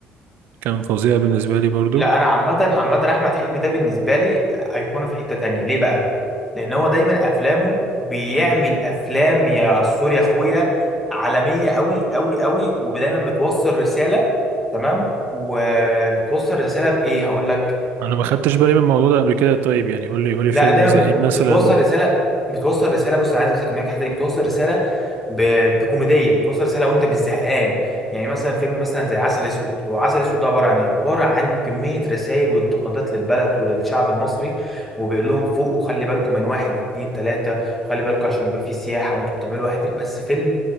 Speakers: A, on the right; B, in the centre.
A: كان فظيع بالنسبه لي برضو
B: لا انا عامه عامه احمد حلمي ده بالنسبه لي ايقونه في حته تانية ليه بقى لان هو دايما افلامه بيعمل افلام يا سوري يا اخويا عالميه قوي قوي قوي ودايما بتوصل رساله تمام وبتوصل رساله بايه هقول لك
A: انا ما خدتش بالي من الموضوع ده قبل كده طيب يعني قول لي قول لي
B: لا
A: فيلم
B: دايما
A: زي
B: بتو...
A: ايه مثلا
B: بتوصل رساله بتوصل رساله بص انا عايز بس اكملك الحته دي بتوصل رساله ب... بكوميديه بتوصل رساله وانت مش زهقان يعني مثلا فيلم مثلا زي عسل اسود هو عسل اسود ده عباره عن ايه عباره عن كميه رسائل وانتقادات للبلد وللشعب المصري وبيقول لهم فوقوا خلي بالكم من واحد اتنين تلاته وخلي بالكم عشان يبقى في سياحه وانتوا بتعملوا واحد اتنين بس فيلم